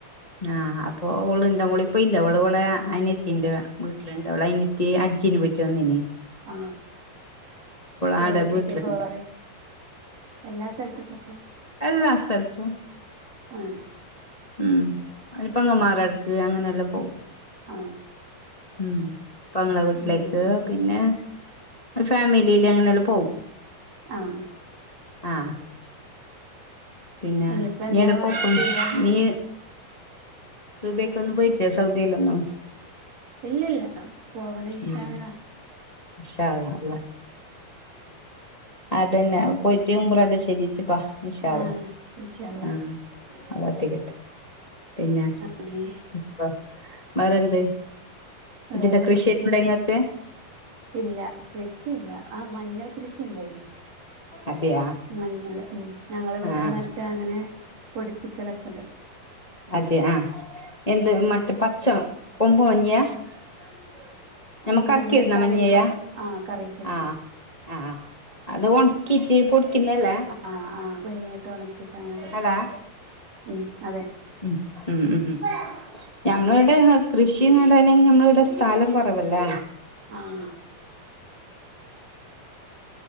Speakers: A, on the left; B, on the right.
A: ആഹ് അപ്പൊ ഓള് ഇണ്ട മോളി അപ്പൊ ഇല്ല അവള അവളെ അനയത്തിന്റെ വീട്ടിലിണ്ട അവളെ അനത്തി അജ്ജിനന് പറ്റിോന്നിനെ
B: ആ
A: ആടെ
B: എവിടക്കൊക്കെ
A: വീട്ടിലുണ്ട്
B: പോവാറ എല്ലാ സ്ഥലത്തും പോവും
A: എല്ലാം സ്ഥലത്തും
B: ആഹ്
A: ഉം അതി പങ്ങമാറടക്ക് അങ്ങനെ എല്ലാം പോകും
B: ആ
A: ഉം പങ്ങളെ വീട്ടിലേക്ക്
B: അങ്ങനെ
A: പിന്നെ ഫാമിലിയില് അങ്ങനെല്ലാം പോകവും
B: ആഹ്
A: ആഹ് പിന്നെ
B: ഇനിയിപ്പ എന്താ
A: നീ എട പോപ്പും
B: ചെയ്യാള്ളത്
A: നീ ഇ ദുബായ്കുയെന്നു പോയിട്ടില്ല സൗദ്യയിലോയുന്നു
B: ഇല്ല ഇല്ല പോവണം ഇന്ഷാ
A: ഇല്ല
B: അല്ലാഹ്
A: ഇൻഷാ അള്ളാ ള അതന്നെ പോയിറ്റ് ഇമ്പറല്ലാം ചെയ്തിട്ട് ബാ ഇൻഷാ അള്ളാ
B: ആഹ് ഇൻഷാ അള്ളാ
A: ആഹ് ആ തട്ടിക്കിട്ട് പിന്നെ
B: അമ്മേ
A: ഇപ്പാ വേറെന്ത് ഇതിന്റെ
B: വേറെന്തൊക്കെ
A: കൃഷിയൊക്കെണ്ടോ ഇങ്ങക്ക്
B: ഇല്ല കൃഷിയില്ല ആ മഞ്ഞൾ കൃഷിഒണ്ടായിരുന്ന്
A: അതെയാ
B: മഞ്ഞള് ഉമ് ഞങ്ങള് ഇവിടെനട്ടാഅങ്ങനെ
A: ആഹ്
B: പൊടിപ്പിക്കലൊക്കത്
A: അതെ ആഹ് എന്ത്
B: ഉം
A: മറ്റേ പച്ച കൊമ്പ് മഞ്ഞിയാ <unintelligible> ഞമ്മക്ക്ക്കിയിടുന്നാ
B: ഉം ഞമ്മള് കറിക്കൊക്കെ
A: മഞ്ഞയ
B: ആഹ് കറിയൊക്കെ ഇടുന്ന
A: ആ ആ അത്കൊണ്ട് കിട്ടീ പൊടിക്കന്നല്ലേ
B: ആഹ് ആഹ് പുഴുങ്ങിയിട്ട് ഉണക്കിയിട്ട് അങ്ങനെ പൊടിക്കും
A: ഹലാ
B: ഉം അതെ
A: മ് ഉം ഉം ഉമ് ഞങ്ങടെ കൃഷിന്നെടനെ ഞമ്മളെടെസ്ഥലം പ ബല്ല
B: ആഹ്